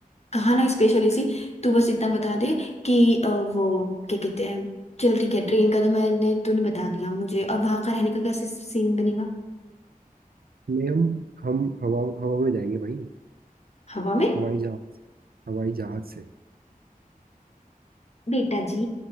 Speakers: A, on the left (about 45°); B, on the right (about 80°).
A: कहा ना स्पेशल एसी तू बस इतना बता दे कि अ, वो क्या कहते हैं चल ठीक है ट्रेन का तो मैंने तूने बता दिया मुझे अब वहां का रहने का कैसे सीन बनेगा
B: नहीं हम हम हवा हवा में जाएंगे भाई
A: हवा में
B: हवाई जहाज हवाई जहाज से
A: बेटा जी